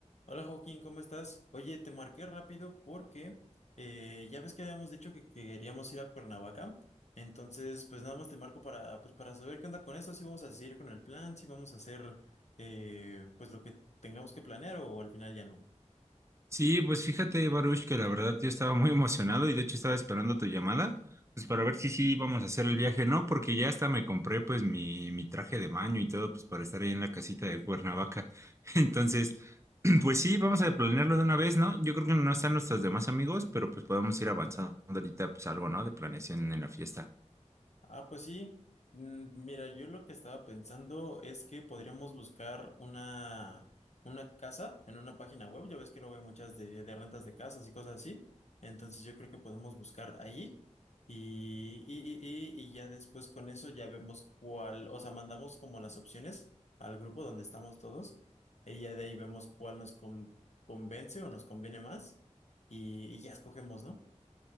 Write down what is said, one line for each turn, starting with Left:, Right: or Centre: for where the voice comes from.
Left: Hola Joaquín, ¿cómo estás? Oye, te marqué rápido porque eh, ya ves que habíamos dicho que queríamos ir a Cuernavaca. Entonces, pues nada más te marco para, pues, para saber qué onda con eso, si vamos a seguir con el plan, si vamos a hacer eh, pues lo que tengamos que planear o al final ya no.
Right: Sí, pues fíjate, Baruch, que la verdad yo estaba muy emocionado y de hecho estaba esperando tu llamada, pues para ver si sí vamos a hacer el viaje, ¿no? Porque ya hasta me compré pues mi, mi traje de baño y todo, pues para estar ahí en la casita de Cuernavaca. <laughs> Entonces, <clears throat> pues sí, vamos a planearlo de una vez, ¿no? Yo creo que no están nuestros demás amigos, pero pues podemos ir avanzando ahorita pues algo, ¿no? De planeación en la fiesta.
Left: Ah, pues sí. Mm, Mira, yo lo que estaba pensando es que podríamos buscar una, una casa en una página web. Ya ves que luego hay muchas de, de rentas de casas y cosas así. Entonces yo creo que podemos buscar ahí y, y, y, y y ya después con eso ya vemos cuál, o sea, mandamos como las opciones al grupo donde estamos todos y ya de ahí vemos cuál nos con- convence o nos conviene más y, y ya escogemos, ¿no?